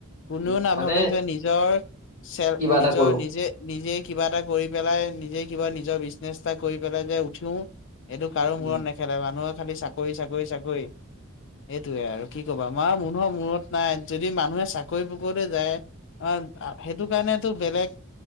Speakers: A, on the left; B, on the left.
A: কোনেও
B: উম,
A: নাভাবে
B: মানে
A: যে নিজৰ। চেলপ
B: কিবা এটা
A: নিজৰ
B: কৰো
A: নিজে নিজে কিবা এটা কৰি পেলাই নিজে। কিবা নিজৰ বিজনেছ এটা কৰি পেলাই যে উঠো এইটো কাৰো
B: উম,
A: মূৰত নেখেলাই মানুহক। খালি চাকৰি চাকৰি চাকৰি। এইটয়ে আৰু কি কবা আমাৰ মানুহৰ মূৰত নাই যদি মানুহে চাকৰি বাকতে যায়। অ সেইটো কাৰণেতো বেলেগ।